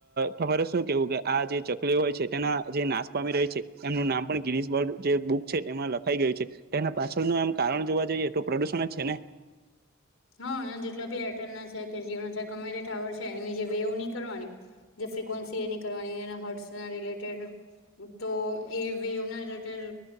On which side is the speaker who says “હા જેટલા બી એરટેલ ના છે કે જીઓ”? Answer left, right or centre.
Left